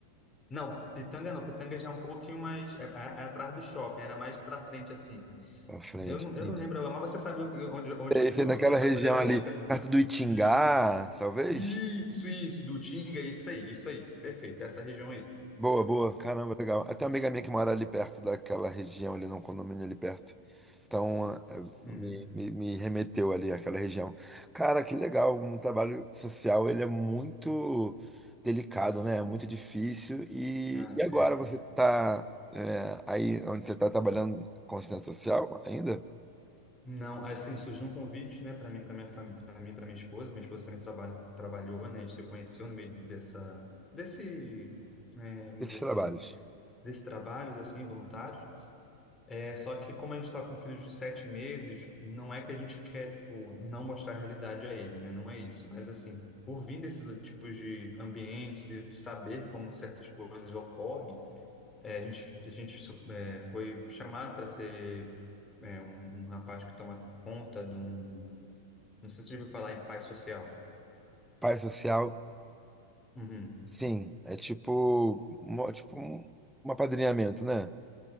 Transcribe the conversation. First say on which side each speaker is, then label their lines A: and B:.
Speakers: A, on the left; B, in the centre.
A: Não, Pitanga não. Pitanga já é um pouquinho mais... É, é- é atrás do shopping, era mais pra frente, assim.
B: Pra frente,
A: Eu não, eu
B: entendi.
A: não lembro agora, mas você sabe onde, onde
B: Sei, sei
A: <laughs>
B: naquela região
A: você já se
B: ali,
A: localizou.
B: perto do Itingá,
A: Isso.
B: talvez?
A: Isso, isso. Do Tinga, isso aí, isso aí. Perfeito, essa região aí.
B: Boa, boa. Caramba, legal. Até
A: É.
B: uma amiga minha que mora ali perto daquela região, ali num condomínio ali perto. Então, ah,
A: Uhum.
B: me, me, me remeteu ali àquela região. Cara, que legal. Um trabalho social, ele é muito delicado, né? É muito difícil. E,
A: Cara,
B: e agora
A: é.
B: você está aí onde você está trabalhando com assistência social ainda?
A: Não, assim, surgiu um convite, né, para mim, para minha família, para mim, para minha esposa. Minha esposa também trabalha, trabalhou, né, a gente se conheceu no meio dessa, desse, é, vamos
B: Esses
A: dizer assim,
B: trabalhos.
A: desses trabalhos, assim, voluntários. É, só que como a gente está com filhos de sete meses, não é que a gente quer, tipo, não mostrar a realidade a ele, né, não é isso. Mas, assim, por vir desses tipos de ambientes e saber como certas coisas ocorrem, É, a gente, a gente su- é, foi chamado para ser é, um, um rapaz que toma conta de um. Não sei se você já ouviu falar em pai social.
B: Pai social,
A: Uhum.
B: sim. É tipo, mo- é tipo um, um apadrinhamento, né?